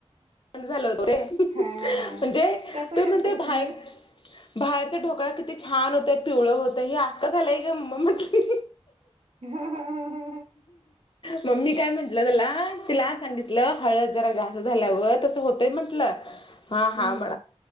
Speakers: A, on the left; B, on the right.
A: झा होत ते म्हणजे
B: हा कसं
A: ते
B: करताय
A: म्हण ते बाहेर
B: तुम्ही
A: बाहेरचा ढोकळा किती छान होत पिवळ होतं हे आसका झालंय ग म म्हटली.
B: हा हा ह ह.
A: मममी काय म्हंटलं त्याला तिला सांगितलं हळद जरा जास्त झाल्यावर म्ह
B: हम्म
A: म्ह